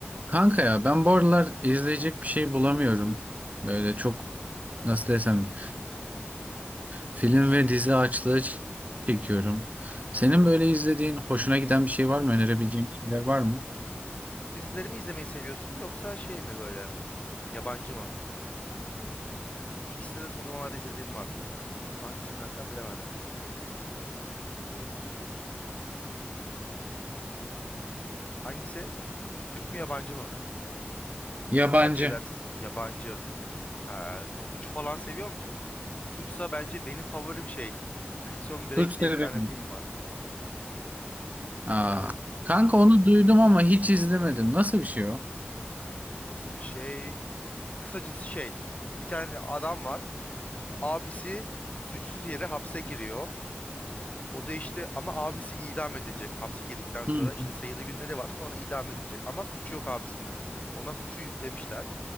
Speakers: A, on the right; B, on the left.
A: Kanka ya ben bu aralar izleyecek bir şey bulamıyorum. Böyle çok nasıl desem film ve dizi açlığı ç- çekiyorum. Senin
B: Ee,
A: böyle izlediğin hoşuna giden bir şey var mı? Önerebileceğin şeyler var mı?
B: dizileri mi izlemeyi seviyorsun yoksa şey mi böyle yabancı mı? İkisinde de son zamanlarda izlediğim var. Ama hangisi önersen bilemedim. Hangisi? Türk mü yabancı mı?
A: Yabancı.
B: Ne tercih edersin? Yabancı. Ee, suç falan seviyor musun? Suçsa bence benim favorim şey. Prison Break
A: Suç
B: diye
A: severim.
B: bir tane film var.
A: Aa,
B: O
A: kanka onu duydum ama hiç izlemedim. Nasıl bir şey o?
B: nasıl bir şey? Kısacası şey. Bir tane adam var. Abisi suçsuz yere hapse giriyor. O da işte ama abisi idam edilecek. Hapse girdikten sonra
A: Hı.
B: işte sayılı günleri var. Sonra idam edilecek. Ama suçu yok abisinin. Ona suçu yüklemişler.